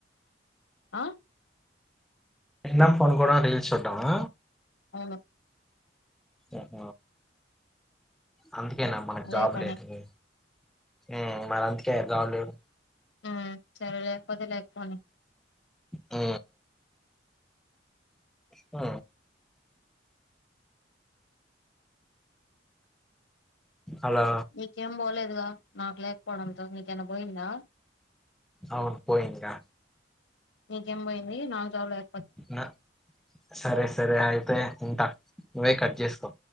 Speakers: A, on the left (about 75°); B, in the centre.
A: ఆ
B: తిండం పడుకోవడం రీల్స్ చూడటమా
A: అవును
B: అహ అందుకేనా మనకు
A: అదే
B: జాబు
A: పని
B: లేదూ ఊ మరీ అందుకే జాబులేదు
A: ఆ సరేలే లేకపోతే లేకపోనీ
B: ఊ ఉ అలా
A: నీకేం పోలేదుగా నాకు లేకపోవడంతో నీకేమన్నా పోయిందా
B: అవును పోయిందిగా
A: నీకేం పోయింది నాకు జాబ్ లే
B: నా సరే సరే అయితే ఉంటా నువ్వే కట్ చేసుకో